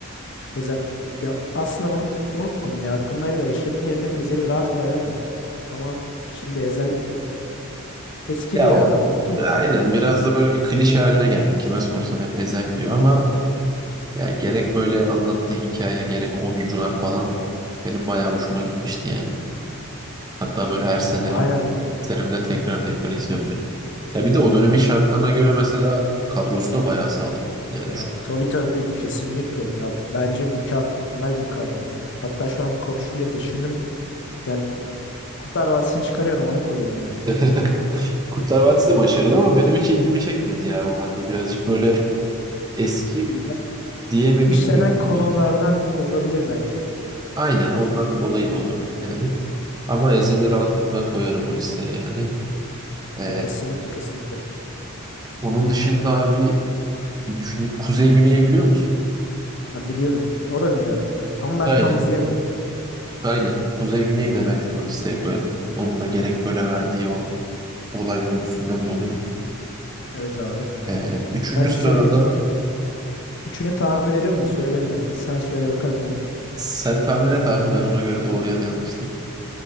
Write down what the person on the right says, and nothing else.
Ya
o
Aynen
biraz da böyle bir klişe haline geldi. Kime sorsan hep Ezel diyor ama Yani gerek böyle anlattığı hikaye gerek oyuncular falan benim bayağı hoşuma gitmişti yani. Hatta böyle her sene
gitlerimde tekrar tekrar izliyorum yani. Ya bir de o dönemin şartlarına göre mesela kadrosu da bayağı sağlam. Yani
şu
<laughs> Kurtlar Vadisi de başarılı ama benim hiç ilgimi çekmedi ya. O hani birazcık böyle eski bir
diye mi
bilmiyorum
ama
aynen ondan dolayı da olabilir yani. Ama Ezel'i rahatlıkla koyarım o listeye yani. Ee,
onun dışında abi bir düşüneyim. Kuzey Güney'i biliyor musun?
Aynen.
Aynen. Kuzey Güney'i de belki o listeye koyarım. Onun da gerek böyle verdiği o olay örgüsünden dolayı.
Ee, üçüncü
sırada
da
sen tahmin et abi ben ona göre doğru ya da yanlış diyeyim.